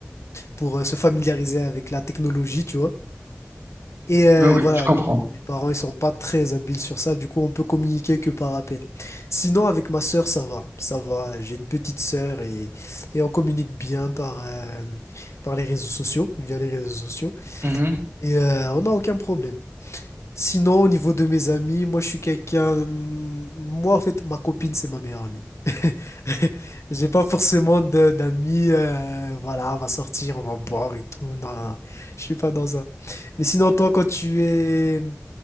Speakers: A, on the left; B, on the right.
A: pour euh, se familiariser avec la technologie, tu vois. Et euh,
B: Oui, oui,
A: voilà,
B: je comprends.
A: mes parents, ils sont pas très habiles sur ça, du coup, on peut communiquer que par appel. Sinon, avec ma sœur, ça va, ça va. J'ai une petite sœur et, et on communique bien par, euh, par les réseaux sociaux, via les réseaux sociaux.
B: Mhm.
A: Et euh, on n'a aucun problème. Sinon, au niveau de mes amis, moi, je suis quelqu'un. hum, Moi, en fait, ma copine, c'est ma meilleure amie. <laughs> J'ai pas forcément de- d'amis. euh, voilà, on va sortir, on va boire et tout. Non, non, non, je suis pas dans ça. Mais sinon, toi, quand tu es,